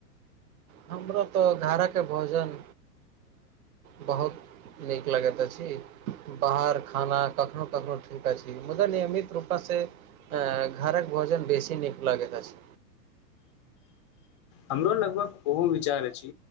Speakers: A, on the right; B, on the left.
A: हमरो तऽ घरक भोजन बहुत नीक लगैत अछि बाहर खाना कखनहु कखनहु ठीक अछि मुदा नियमित रूपसँँ घरक भोजन बेसी नीक लगैत अछि
B: हमरो लगभग ओहो विचार अछि